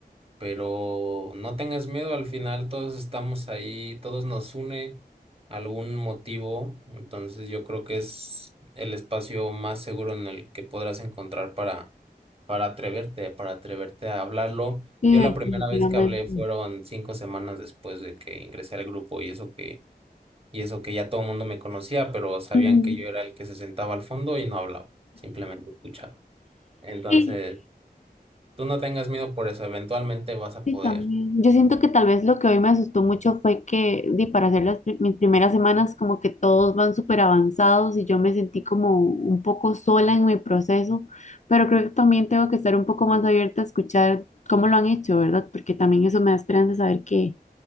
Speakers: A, on the right; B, on the left.
A: pero no tengas miedo, al final todos estamos ahí, todos nos une algún motivo, entonces yo creo que es el espacio más seguro en el que podrás encontrar para, para atreverte, para atreverte a hablarlo.
B: Sí,
A: Yo la
B: definitivamente.
A: primera vez que hablé fueron cinco semanas después de que ingresé al grupo y eso que, y eso que ya todo el mundo me conocía, pero sabían
B: Ujú.
A: que yo era el que se sentaba al fondo y no hablaba, simplemente escuchaba. Entonces,
B: Sí,
A: tú no tengas miedo por eso, eventualmente vas a
B: Sí,
A: poder.
B: también. Yo siento que tal vez lo que hoy me asustó mucho fue que, di, para hacer las, pri- mis primeras semanas, como que todos van súper avanzados y yo me sentí como un poco sola en mi proceso, pero creo que también tengo que estar un poco más abierta a escuchar cómo lo han hecho, ¿verdad? Porque también eso me da esperanza de saber que,